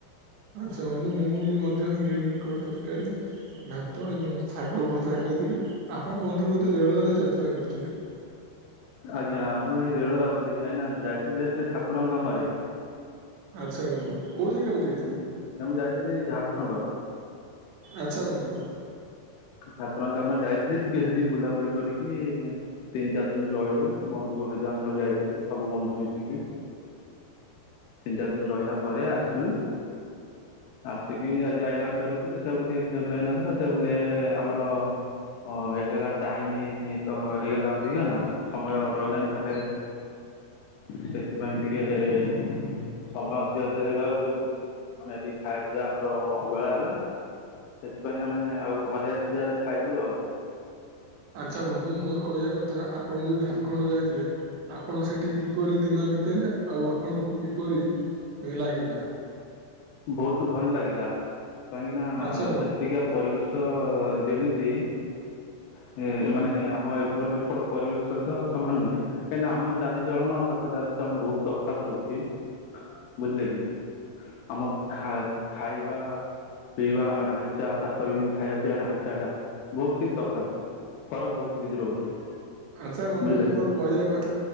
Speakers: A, on the right; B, on the left.
A: ଆଛା ବନ୍ଧୁ ମୁବୀ ମଧ୍ୟ ମିଲମିକର ତରକାରୀ। ଭାତ ଏବଂ ଶାଗ ଭଜା ଖାଇଥିଲି ଆପଣ ବନ୍ଧୁ ବୋଧେ ରେଳରେ ଯାତ୍ରା କରୁଥିଲେ?
B: ଆଜ୍ଞା ମୁଁ ଏଇ ରେଳରେ ରହୁଥିଲି କାହିଁକିନା ଯାଇଥିଲି ଯେ ଠାକୁରଙ୍କ କାମରେ।
A: ଆଚ୍ଛା ବନ୍ଧୁ କୋଉ ଜାଗାକୁ ଯାଇଥିଲେ?
B: ନାଁ ମୁଁ ଯାଇଥିଲି ଝାଡଖଣ୍ଡ।
A: ଆଚ୍ଛା ବନ୍ଧୁ।
B: ଠାକୁରଙ୍କ କାମରେ ଯାଇଥିଲି ଟିକେ ସେଟି ବୁଲାବୁଲି କରିକି ତିନି ଚାରି ଦିନ ରହିଲୁ ବନ୍ଧୁଙ୍କ ସହିତ ଆମେ ସବୁ ଯାଇଥିଲୁ ସବୁ ବନ୍ଧୁ ମିଶିକି। ତିନି ଚାରି ଦିନ ରହିଲା ପରେ ଆସିଲୁ। ଆସିକି ଆଜି ଆଇଲା ଫେରୁଥିଲୁ ସେଇଆକୁ ଟିକେ ଖିଆ ପିଆ ହେଇନଥିଲା ସେବୋଲେ ଆମର ହ ହେଇଗଲା ଟାଇମ ତ ହେଇଗଲା ଅଧିକ ନା। ସମୟ ରହିଲାନି ପାଖରେ। ସେଥିପାଇଁ ଟିକେ ସମୟ ଅତିବାହିତ ହେଇବା ଯୋଗୁ। ଆମେ ଏଠି ଖାଇବା ପିଇବା ଆମର ଅବହେଳା ହେଲା ସେଥିପାଇଁ ଆମେ ଆଉ ଘରେ ଆ ସେଇ ଜାଗାରେ ଖାଇଲୁ ଆଉ।
A: ଆଚ୍ଛା ବନ୍ଧୁ ମୋର କହିବା କଥା ଆପଣ ଯୋଉ ଝାଡ଼ଖଣ୍ଡ ଯାଇଥିଲେ। ଆପଣ ସେଠି କିପରି ଦିନ ବିତେଇଲେ ଆଉ ଆପଣଙ୍କୁ କିପରି ଲାଗିଲା।
B: ବହୁତ ଭଲ ଲାଗିଲା କାହିଁକି ନା
A: ଆଚ୍ଛା ବନ୍ଧୁ।
B: ସେ ଟିକେ ପରିବେଶ ଯେମିତି। ସେ ମାନେ ଆମ ଏପଟ ଏପଟ ପରିବେଶ ସହିତ ସମାନ ନୁହେଁ। କାହିଁକି ନା ଆମ ଚାଲିଚଳନ ଆଉ ତାଙ୍କ ଚାଲିଚଳନ ବହୁତ ତଫାତ ରହୁଛି ବୁଝିଲେ କି? ଆମକ ଖା ଖାଇବା ପିଇବା ଢାଞ୍ଚା ତାଙ୍କର ବି ଖାଇବା ପିଇବା ଢାଞ୍ଚା ଟା ବହୁତ କିଛି ତଫାତ୍। ଫରକ ବହୁତ କିଛି ରହୁଛି।
A: ଆଚ୍ଛା ବନ୍ଧୁ
B: ବୁଝିଲେ
A: ମୋର
B: କି
A: କହିବା କଥା